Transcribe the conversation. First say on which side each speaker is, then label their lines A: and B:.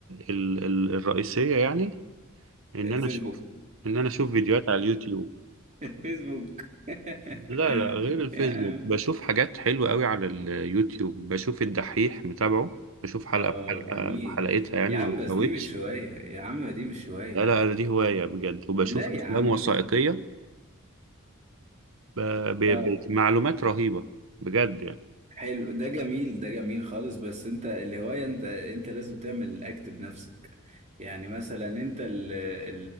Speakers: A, on the right (about 70°); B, on the right (about 35°).
A: ال ال الرئيسيه يعني ان
B: <laughs> الفيسبوك
A: انا اشوف ان انا اشوف فيديوهات على اليوتيوب
B: الفيسبوك <laughs>
A: لا لا غير الفيسبوك
B: يا عم
A: بشوف حاجات حلوه قوي على اليوتيوب بشوف الدحيح متابعه بشوف حلقه
B: اه
A: بحلقه
B: جميل
A: بحلقتها يعني
B: يا
A: ما
B: عم
A: بفوتش
B: بس دي مش هواية يا عم دي مش هواية
A: لا لا أنا دي هواية بجد وبشوف
B: لا يا
A: أفلام
B: عم
A: وثائقية ب- ب-
B: اه
A: بمعلومات رهيبة بجد يعني
B: حلو ده جميل ده جميل خالص بس انت الهواية انت انت لازم تعمل الاكت بنفسك يعني مثلا انت اللي,